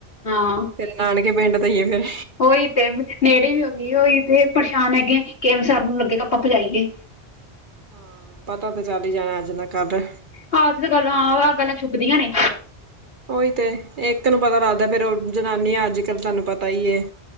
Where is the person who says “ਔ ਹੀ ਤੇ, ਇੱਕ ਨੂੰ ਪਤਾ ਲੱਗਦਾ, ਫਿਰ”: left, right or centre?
Right